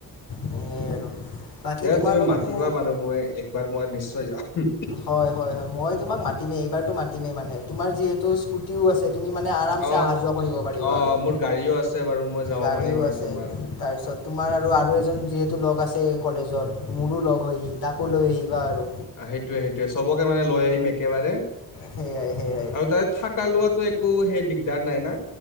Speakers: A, on the left; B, on the left.
A: সেয়াই <inaudible>
B: দে তুমি
A: লগত
B: মাতিবা
A: মোৰ
B: মানুহবোৰে একবাৰ মই নিশ্চয় যাম
A: হয় হয় হয় মই তোমাক মাতিমেই এইবাৰতো মাতিমেই মানে তোমাৰ যিহেতু স্কুটিও আছে। তুমি মানে আৰামছে
B: অ
A: অহা যোৱা কৰিব পাৰিবা
B: অ
A: আৰু
B: মোৰ গাড়ীও আছে বাৰু মই যাব
A: গাড়ীও
B: পাৰিম আৰু
A: আছে
B: তোমাৰ
A: তাৰপিছত তোমাৰ আৰু আৰু এজন যিহেতু লগ আছে কলেজত মোৰো লগ হৈ আহি তাকো লৈ আহিবা আৰু
B: অ সেইটোৱে সেইটোৱে চবকে মানে লৈ আহিম একেবাৰে
A: সেয়াই সেয়াই
B: আৰু তাৰে থাকা লোৱাটো একো সেই দিগদাৰ নাই না